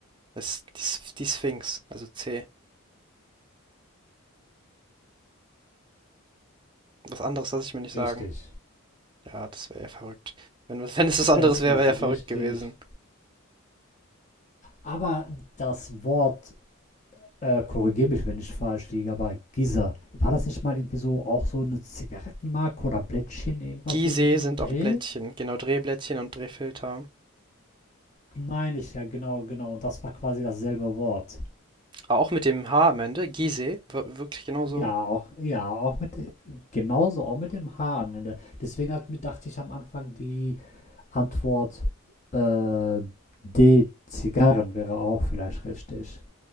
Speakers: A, on the right; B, on the left.
A: Das ist die, S- die Sphinx, also C. Was anderes lasse ich mir nicht
B: Richtig.
A: sagen. Ja, das wäre ja verrückt. Wenn, <laughs> wenn es was anderes
B: Es
A: wäre,
B: ist
A: wäre ja verrückt
B: richtig.
A: gewesen.
B: Aber das Wort, äh, korrigiere mich, wenn ich falsch liege, aber Giza, war das nicht mal irgendwie so auch so eine Zigarettenmarke oder Blättchen, irgendwas
A: Gizeh
B: so in dem
A: sind
B: Dreh?
A: auch Blättchen. Genau, Drehblättchen und Drehfilter.
B: Meine ich ja, genau, genau. Und das war quasi dasselbe Wort.
A: Aber auch mit dem H am Ende. Gizeh, wir- wirklich genau so.
B: Ja, auch, ja, auch mit, genauso, auch mit dem H am Ende. Deswegen hat, mir- dachte ich am Anfang, die Antwort äh, D, Zigarren wäre auch vielleicht richtig.